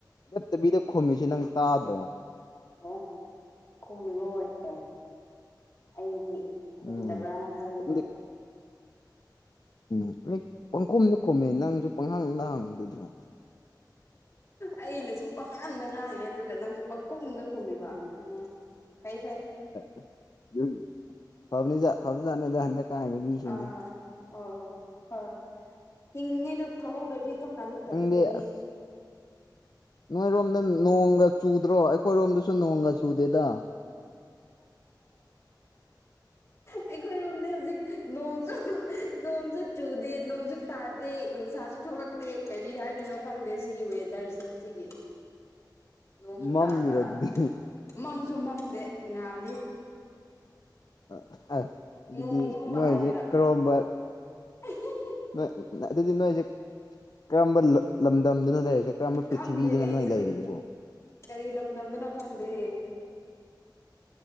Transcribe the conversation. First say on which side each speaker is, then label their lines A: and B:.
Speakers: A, on the left; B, on the left.
A: ꯂꯦꯞꯇꯕꯤꯗ ꯈꯨꯝꯃꯤꯁꯤ ꯅꯪ ꯇꯥꯗ꯭ꯔꯣ꯫
B: ꯑꯣ ꯈꯨꯝꯃꯤꯕ ꯑꯣꯏꯔꯦ ꯑꯩꯗꯤ ꯈꯨꯝꯗꯕ꯭ꯔꯅ
A: ꯎꯝ
B: ꯈꯜꯂꯤꯕ
A: ꯈꯨꯝꯗꯤ ꯎꯝ ꯑꯩ ꯄꯪꯈꯨꯝꯗ ꯈꯨꯝꯃꯦ ꯅꯪꯁꯨ ꯄꯪꯍꯥꯡꯗ ꯍꯥꯡꯕꯗꯨꯗ
B: ꯑꯩꯅꯁꯨ ꯄꯪꯉꯥꯡꯗ ꯉꯥꯡꯉꯦ ꯑꯗꯨꯒ ꯅꯪꯁꯨ ꯄꯪꯈꯨꯝꯗ ꯈꯨꯝꯃꯤꯕ ꯎꯝ ꯐꯩ ꯐꯩ꯫
A: <unintelligible> ꯐꯕꯅꯤ ꯐꯕꯖꯥꯠꯅꯤꯗ ꯍꯟꯗꯛꯀꯥꯟꯒꯤ ꯃꯤꯁꯤꯡꯁꯦ
B: ꯑꯥ ꯑꯣ ꯍꯣꯏ ꯍꯤꯡꯉꯤꯉꯩꯗ ꯐꯥꯎꯍꯧꯗ꯭ꯔꯗꯤ꯫ ꯁꯨꯝ ꯀꯥꯟꯗ ꯐꯗꯣꯏꯅꯦ꯫
A: ꯅꯪꯗꯤ ꯑꯁ ꯅꯣꯏꯔꯣꯝꯗ ꯅꯣꯡꯒ ꯆꯨꯗ꯭ꯔꯣ ꯑꯩꯈꯣꯏꯔꯣꯝꯗꯁꯨ ꯅꯣꯡꯒ ꯆꯨꯗꯦꯗ꯫
B: ꯑꯩꯈꯣꯏꯔꯣꯝꯗꯤ ꯍꯧꯖꯤꯛ ꯅꯣꯡꯁꯨ ꯅꯣꯡꯁꯨ ꯆꯨꯗꯦ ꯅꯣꯡꯁꯨ ꯇꯥꯗꯦ ꯅꯨꯡꯁꯥꯁꯨ ꯊꯣꯛꯂꯛꯇꯦ ꯀꯔꯤ ꯍꯥꯏꯗꯣꯏꯅꯣ ꯈꯪꯗꯦ ꯁꯤꯒꯤ ꯋꯦꯗꯔꯁꯦ ꯁꯤꯒꯤ꯫ ꯅꯣꯡꯁꯨ
A: ꯃꯝꯃꯤꯔꯣ
B: ꯇꯥꯗ
A: ꯑꯗꯨꯗꯤ
B: ꯃꯝꯁꯨ ꯃꯝꯗꯦ ꯉꯥꯜꯂꯤ꯫
A: ꯑꯁ ꯑꯗꯨꯗꯤ
B: ꯅꯣꯡ ꯃꯝꯕ
A: ꯅꯣꯏꯁꯦ
B: ꯍꯥꯏꯒꯦꯔꯥ
A: ꯀꯔꯣꯝꯕ
B: <inaudible>
A: ꯅꯣꯏ ꯑꯗꯨꯗꯤ ꯅꯣꯏꯁꯦ ꯀꯔꯝꯕ ꯂꯝꯗꯝꯗꯅꯣ ꯂꯩꯔꯤꯁꯦ ꯀꯔꯝꯕ ꯄ꯭ꯔꯤꯊꯤꯕꯤꯗꯅꯣ
B: ꯈꯪꯗꯦ ꯑꯩꯁꯨ
A: ꯅꯣꯏ ꯂꯩꯔꯤꯁꯤꯕꯣ
B: ꯀꯔꯤ ꯂꯝꯗꯝꯗꯅꯣ ꯈꯪꯗꯦ꯫